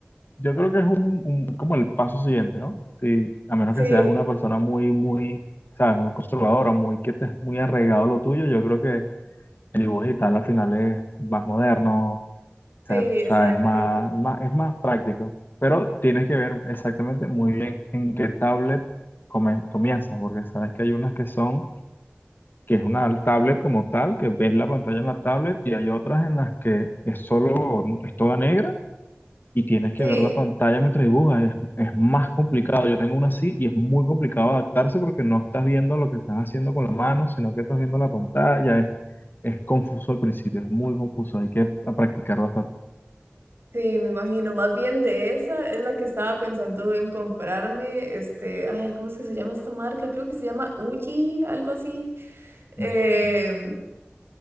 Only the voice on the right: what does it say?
Sí,
sí, exacto.
Sí.
Sí, me imagino. Más bien de esa es la que estaba pensando en comprarme. Este, ay, ¿cómo es que se llama esta marca? Creo que se llama Uji, algo así. Em,